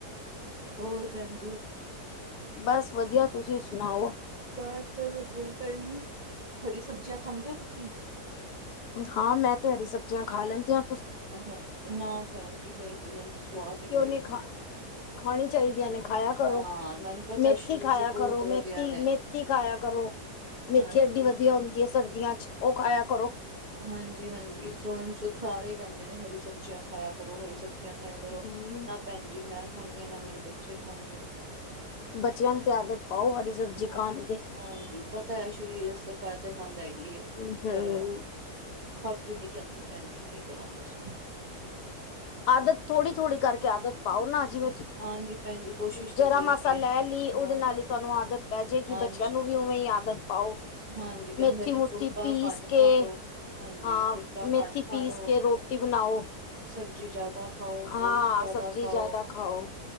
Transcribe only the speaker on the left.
ਬਸ ਵਧੀਆ, ਤੁਸੀਂ ਸੁਣਾਓ?
ਹਾਂ ਮੈਂ ਤੇ ਹਰੀ ਸਬਜ਼ੀਆਂ ਖਾ ਲੈਂਦੀ ਆ।
ਕਿਉੰ
ਨੀ ਖਾ, ਖਾਣੀ ਚਾਈਦੀਆਂ ਨੇ ਖਾਇਆ ਕਰੋ,
ਮੇਥੀ
ਖਾਇਆ
ਕਰੋ, ਮੇਥੀ,
ਮੇਥੀ ਖਾਇਆ ਕਰੋ। ਮੇਥੀ
ਐਡੀ ਵਧੀਆ ਹੁੰਦੀ ਏ ਸਰਦੀਆਂ 'ਚ ਓ ਖਾਇਆ ਕਰੋ।
ਹਮ
ਬੱਚਿਆਂ ਨੂੰ ਤੇ ਆਦਤ ਪਾਓ ਹਰੀ ਸਬਜ਼ੀ
ਖਾਣ ਦੀ।
ਹਮ
ਆਦਤ ਥੋੜੀ-ਥੋੜੀ ਕਰਕੇ ਆਦਤ ਪਾਓ ਨਾ ਜਿਵੇਂ
ਜਰਾ
ਮਸਾਂ
ਲੈ
ਲੀ
ਉਦੇ ਨਾਲ ਈ ਤੁਹਾਨੂੰ ਆਦਤ ਪੈ ਜੇਗੀ,
ਬੱਚਿਆਂ ਨੂੰ ਵੀ ਉ ਵੇ ਈ ਆਦਤ ਪਾਓ।
ਮੇਥੀ
ਮੁਥੀ
ਪੀਸ
ਕੇ,
ਹਾਂ
ਮੇਥੀ
ਪੀਸ
ਕੇ ਰੋ ਟੀ ਬਣਾਓ।
ਹਾਂ
ਸਬਜ਼ੀ
ਜ਼ਿਆਦਾ ਖਾਓ